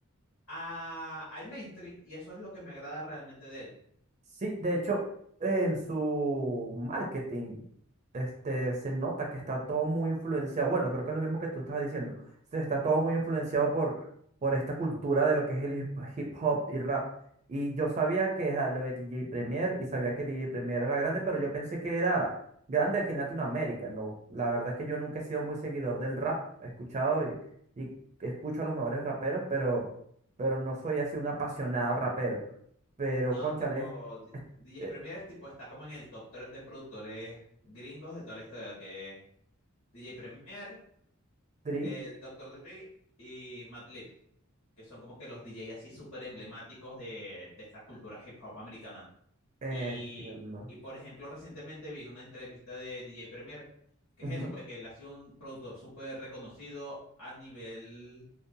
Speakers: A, on the left; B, on the right.
A: a- al mainstream. Y eso es lo que me agrada realmente de él.
B: Sí, de hecho, en su marketing, este, se nota que está todo muy influenciado. Bueno, creo que es lo mismo que tú estabas diciendo. Se está todo muy influenciado por, por esta cultura de lo que es el hip hip hop y rap. Y yo sabía que era lo de DJ Premier y sabía que DJ Premier era grande, pero yo pensé que era grande aquí en Latinoamérica. No, la verdad es que yo nunca he sido muy seguidor del rap. He escuchado y, y escucho a los mejores raperos, pero, pero no soy así un apasionado rapero. Pero,
A: No,
B: cónchale,
A: tipo, D- DJ
B: eh,
A: Premier, tipo, está como en el top 3 de productores gringos de toda la historia, que es DJ Premier.
B: Tri,
A: eh, Dr. Dre y Madlib, que son como que los DJ así súper emblemáticos de, de esta cultura hip hop americana.
B: eh,
A: Y,
B: entiendo.
A: y, por ejemplo, recientemente vi una entrevista de DJ Premier, que
B: Ujú.
A: es eso, pues que él ha sido un productor súper reconocido a nivel